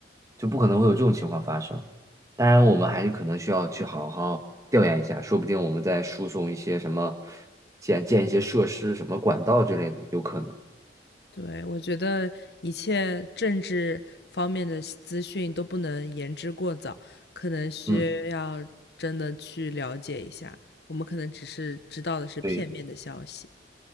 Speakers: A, on the right (about 20°); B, on the left (about 65°).
A: 就不可能会有这种情况发生。当然，我们还是可能需要去好好调研一下，说不定我们再输送一些什么建建一些设施、什么管道之类的，有可能。
B: 对，我觉得一切政治方面的资讯都不能言之过早，可能需要真的去了解一下。
A: 嗯，
B: 我们可能只是知道的是片面的消息。
A: 对